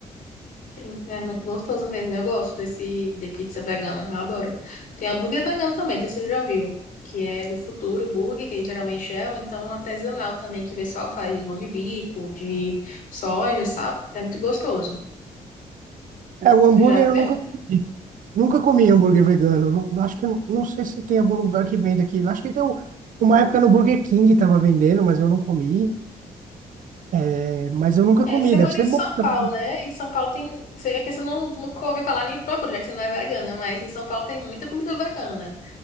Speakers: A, on the left; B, on the right.
A: Sim, É muito gostoso mesmo. Eu gosto desse de pizza vegana, eu adoro. Tem hambúrguer vegano também, não sei se você já viu, que é do futuro burger, que geralmente é, ou então artesanal também, que o pessoal faz de mão de bico, de soja, sabe? É muito gostoso.
B: É, o
A: Você
B: hambúrguer
A: já comeu?
B: eu nunca comi. Nunca comi hambúrguer vegano. Não, não- acho que não, não sei se tem algum lugar que vende aqui. Acho que tem um- uma época no Burger King tava vendendo, mas eu não comi. É, mas eu nunca
A: É,
B: comi,
A: você mora
B: deve ser
A: em São
B: bom também.
A: Paulo, né? Em São Paulo tem. você- É que você não, nunca ouviu falar nem procura, já que você não é vegana, mas em São Paulo tem muita comida vegana.